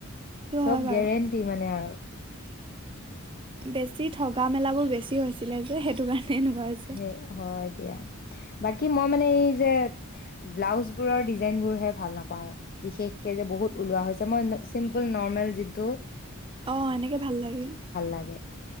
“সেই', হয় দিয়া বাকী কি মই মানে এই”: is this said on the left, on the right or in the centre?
Left